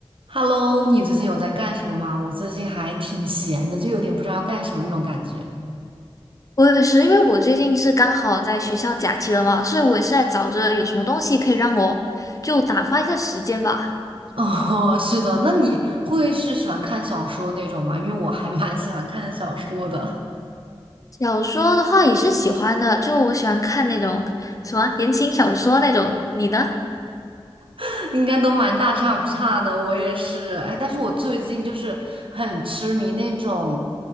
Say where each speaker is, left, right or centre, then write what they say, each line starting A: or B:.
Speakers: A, on the right; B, on the left.
A: Hello，你最近有在干什么吗？我最近还挺闲的，就有点不知道要干什么那种感觉。
B: 我也是，因为我最近是刚好在学校假期了嘛，所以我也是在找着有什么东西可以让我就打发一下时间吧。
A: <laughs> 哦，是的，那你会是喜欢看小说那种吗？因为我还蛮喜欢看小说的，
B: 小说的话也是喜欢的，就我喜欢看那种什么言情小说那种。你呢？
A: <laughs> 应该都蛮大差不差的。我也是，哎，但是我最近就是很痴迷那种